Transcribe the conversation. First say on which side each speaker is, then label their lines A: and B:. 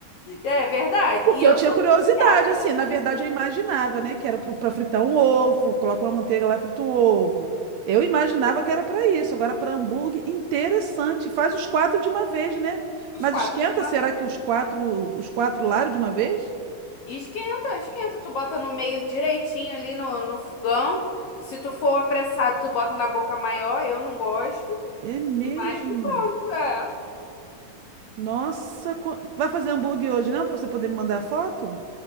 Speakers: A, on the left; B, on the right.
A: eu- é verdade.
B: Porque
A: E eu
B: eu tinha
A: sou
B: curiosidade,
A: viciada.
B: assim, na verdade eu imaginava, né, que era pro- pra fritar um ovo, coloca uma manteiga lá, frita um ovo. Eu imaginava que era pra isso. Agora, pra hambúrguer, interessante. Faz os quatro de uma vez, né?
A: Os
B: Mas
A: quatro
B: esquenta,
A: de uma
B: será
A: vez.
B: que os quatro, os quatro lados de uma vez?
A: E Esquenta, esquenta. Tu bota no meio direitinho ali no, no fogão. Se tu for apressado, tu bota na boca maior. Eu não gosto.
B: É mesmo.
A: Mas, e pronto, é.
B: Nossa, co- vai fazer hambúrguer hoje, não? Pra você poder me mandar a foto?